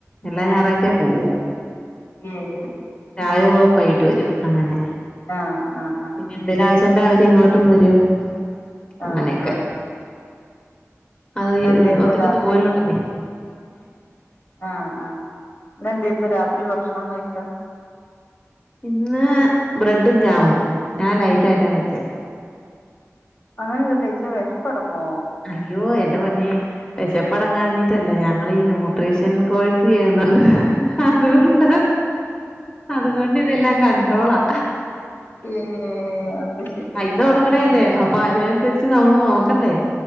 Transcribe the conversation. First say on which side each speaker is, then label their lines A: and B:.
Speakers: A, on the left (about 20°); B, on the left (about 45°).
A: എല്ലാ ഞായറാഴ്ചയും പോവും
B: യേഹ്
A: രാവിലെ പോകും വൈകിട്ട് വരും അങ്ങനെ
B: ആഹ് ആഹ് ആഹ്
A: പിന്നെ എന്തേലും ആവശ്യണ്ടെ അവരി ങ്ങോട്ടും വരും
B: ആഹ്
A: അങ്ങനെയൊക്കെ
B: ആഹ് ആഹ്
A: അത്
B: ഇന്നെന്തേര്ന്നു
A: ഒത്തിരി
B: രാത്രി
A: ദൂരോണ്ടെന്നേ
B: ആഹ് അഹ് ന്ന് ന്തേയ്‌ക്കും രാത്രി ഭക്ഷണം കഴിക്കാ
A: ഇന്ന് ബ്രെഡും, ജാമും. ഞാൻ ലൈറ്റ് ആയിട്ടാ കഴിച്ചേ
B: അങ്ങനെയൊക്കെ കഴിച്ചാ വെഷ്പ്പടങ്ങോ
A: അയ്യോ എന്റെ പൊന്നേ വെഷപ്പടങ്ങാഞ്ഞിട്ടല്ല ഞങ്ങളീ ന്യൂട്രീഷൻ കോഴ്സ് ചെയ്യുന്നുണ്ട് അതുകൊണ്ട് അതുങ്ങൊണ്ട് ഇതെല്ലാം കണ്ട്രോളാ
B: ഏഹ് അത് ശരി
A: പൈസ കൊടുക്കണല്ലേ
B: ആഹ്
A: അപ്പൊ അയിനനുസരിച്ച് നമ്മൾ നോക്കണ്ടേ